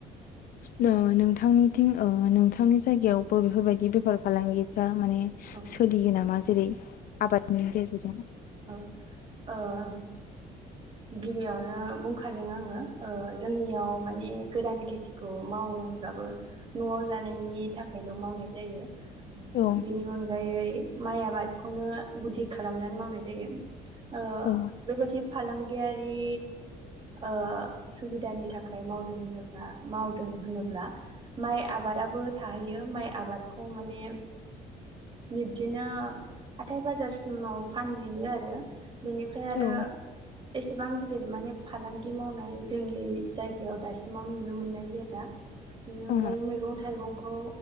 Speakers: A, on the left; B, on the right.
A: नोंथांनिथिं ओ नोंथांनि जायगायावबो बेफोरबायदि बेफार फालांगिफ्रा माने
B: औ
A: सोलियो नामा जेरै आबादनि गेजेरजों
B: औ औ । गिबियावनो बुंखादों आङो ओ जोंनियाव माने गोरान खेथिखौ माव ओ होनब्लाबो न'आव जानायनि थाखायल' मावनाय जायो
A: औ
B: बेनि अनगायै माइ आबादखौनो गुदि खालामनानै मावनाय जायो ओ
A: औ
B: बेबायदि फालांगियारि ओ सुबिदानि थाखाय मावदों होनोब्ला मावदों होनोब्ला माइ आबाद आबो थाहैयो माइ आबादखौ माने बिब्दिनो हाथाय बाजारसिमाव फान आरो बेनिफ्राय आरो
A: औ
B: एसेबां गिदिर माने फालांगि मावनाय जोंनि जायगायाव दासिमाव नुनो मोननाय जाया बेनि अनगायै
A: अ
B: मैगं थाइगंखौ